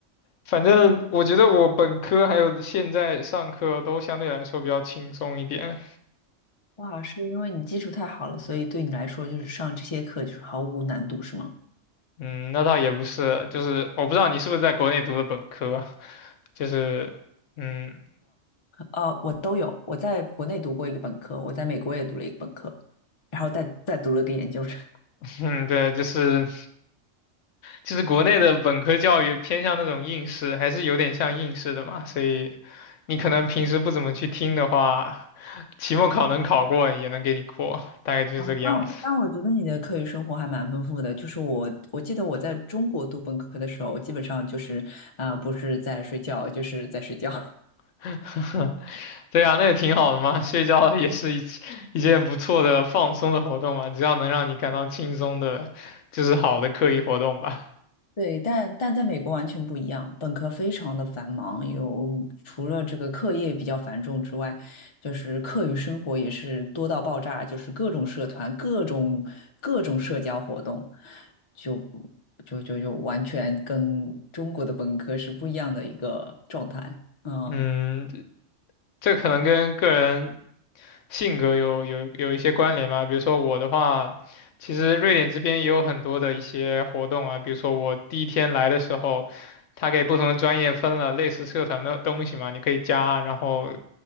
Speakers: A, on the left; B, on the left.
A: 反正我觉得我本科还有现在上课都相对来说比较轻松一点。
B: 哇，是因为你基础太好了，所以对你来说就是上这些课就是毫无难度，是吗？
A: 嗯，那倒也不是，就是我不知道你是不是在国内读的本科，就是嗯
B: 呃，我都有，我在国内读过一个本科，我在美国也读了一个本科，然后再再读了个研究生。<laughs>
A: <laughs> 嗯，对，就是。就是国内的本科教育偏向那种应试，还是有点像应试的嘛，所以你可能平时不怎么去听的话，期末考能考过也能给你过，大概就是这个样子。
B: 哦，但我但我觉得你的课余生活还蛮丰富的。就是我我记得我在中国读本科的时候，基本上就是啊、不是在睡觉，就是在睡觉。
A: <laughs> 对啊，那也挺好的嘛，睡觉也是一一件不错的放松的活动嘛，只要能让你感到轻松的，就是好的课余活动吧。
B: 对，但但在美国完全不一样，本科非常的繁忙，有除了这个课业比较繁重之外，就是课余生活也是多到爆炸，就是各种社团、各种各种社交活动，就就就就完全跟中国的本科是不一样的一个状态。嗯，
A: 嗯，这可能跟个人性格有有有一些关联吧。比如说我的话，其实瑞典这边也有很多的一些活动啊。比如说我第一天来的时候，他给不同的专业分了类似社团的东西嘛，你可以加，然后